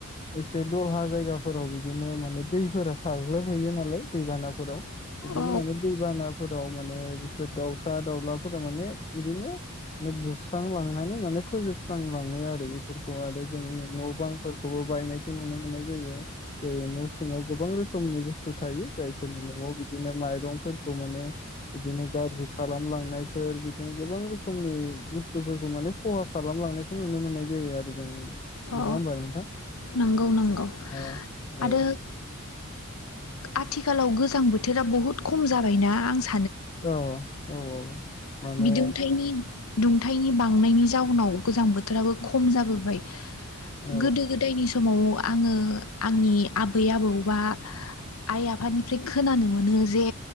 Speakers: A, on the left (about 30°); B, on the left (about 80°).
A: एसे दलहा जायगाफोराव बिदिनो माने दैफोरा साग्लोबहैयो नालाय दैबानाफोराव बिदिनो
B: औ
A: माने दैबाना फोराव माने बेफोर दाउसा दाउलाफोरा माने बिदिनो बुस्रां लांनानै माने फोजोबस्रांलांङो आरो बेफोरखौ आरो जोंनि न' बांफोरखौबो बायनायखौ नुनो मोननाय जायो जै न' सिङाव गोबां रोखोमनि बुस बुस्थु थायो जायफोरनि न'आव बिदिनो माइरंफोरखौ माने बिदिनो गाज्रि खालामलाङो नायफोर बिदिनो गोबां रोखोमनि बुस्थुफोरखौ माने खहा खालामलांनायखौ नुनो मोननाय जायो आरो जों नङा
B: औ
A: होमबा नोंथां
B: नंगौ नंगौ
A: ओ
B: आरो
A: औ
B: आथिखालाव गोजां बोथोरा बहुत खम जाबायना आं सा
A: औ औ माने
B: बिदुंथाइनि दुंथायनि बांनायनि जाउनाव गोजां बोथोराबो खम जाबोबाय
A: औ
B: गोदो गोदायनि समाव आङो आंनि आबै आबौ बा आइ आफानिफ्राय खोनानो मोनो जे